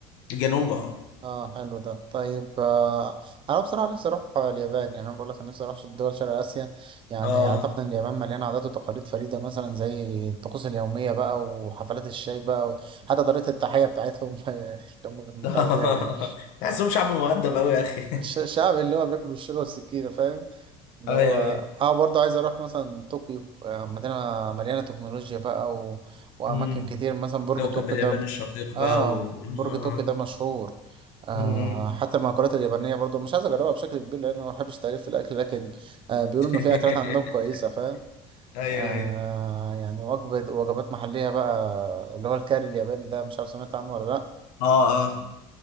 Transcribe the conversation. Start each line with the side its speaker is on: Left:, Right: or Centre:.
Left: جنوب اه
Right: اه حلو ده طيب آه انا بصراحه نفسي اروح آه، اليابان يعني انا بقول لك أنا نفسي اروح دول شرق اسيا يعني
Left: اه
Right: اعتقد ان اليابان مليانه عادات وتقاليد فريده مثلا زي الطقوس اليوميه بقى وحفلات الشاي بقى وحتى طريقه التحيه بتاعتهم <laughs> اللي هم بيتمتعوا
Left: <laughs>
Right: بيها يعني
Left: تحسهم شعب مؤدب أوي يا أخي
Right: الش- الشعب اللي هو بياكل بالشوكه والسكينه فاهم؟ اللي
Left: <laughs> أيوه
Right: هو
Left: أيوه
Right: اه برضه عايز اروح مثلا طوكيو آه، مدينة مليانة تكنولوجيا بقى و... وأماكن
Left: أمم.
Right: كتير مثلا برج
Left: كوكب
Right: طوكيو
Left: اليابان
Right: ده ب-
Left: الشقيق
Right: اه
Left: بقى و
Right: برج
Left: آه.
Right: طوكيو ده مشهور آه
Left: أمم.
Right: حتى المأكولات اليابانية برضه مش عايز أجربها بشكل كبير لأن أنا ما بحبش تعريف في الأكل لكن آه بيقولوا
Left: <laughs>
Right: إن في أكلات عندهم كويسة فاهم
Left: أيوه
Right: آه
Left: أيوه
Right: يعني وجبة وجبات محلية بقى اللي هو الكاري الياباني ده مش عارف سمعت عنه ولا لأ
Left: اه اه